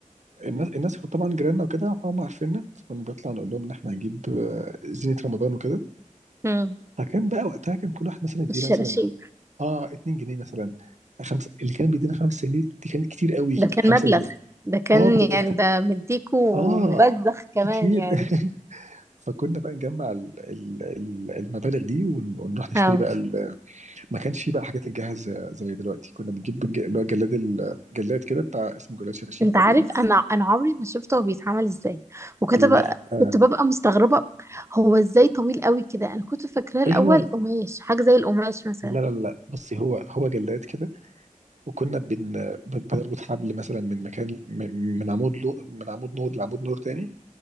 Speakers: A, on the right; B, on the right.
A: الناس الناس كانت طبعا جيراننا وكده فهم عارفيننا فكنا بنطلع نقول لهم ان احنا هنجيب آه، زينة رمضان وكده
B: مم.
A: فكان بقى وقتها كان كل واحد مثلا يدينا
B: الشراشيب
A: مثلا اه 2 جنيه مثلا خمسة اللي كان بيدينا 5 جنيه دي كانت كتير قوي
B: ده كان
A: 5
B: مبلغ
A: جنيه
B: ده كان
A: اه بجد
B: يعني ده مديكو
A: اه
B: مبذخ كمان
A: كتير
B: يعني
A: <laughs> فكنا بقى نجمع ال ال ال المبالغ دي ون- ونروح نشتري
B: اه
A: بقى ال- ما كانش فيه بقى حاجات الجاهز زي زي دلوقتي كنا بنجيب الج- اللي هو الجلاد الجلاد كده بتاع اسمه جلاد شراشيب
B: انت
A: تقريبا
B: عارف انا انا عمري ما شفته هو بيتعمل ازاي وكنت
A: لا
B: بقى
A: آه.
B: كنت ببقى مستغربة هو ازاي طويل قوي كده انا كنت فاكراه الاول
A: ايوه
B: قماش حاجة زي القماش مثلا
A: لا لا لا بصي هو هو جلاد كده وكنا بن ب- بنربط حبل مثلا من مكان من من عمود لو من عمود نور لعمود نور تاني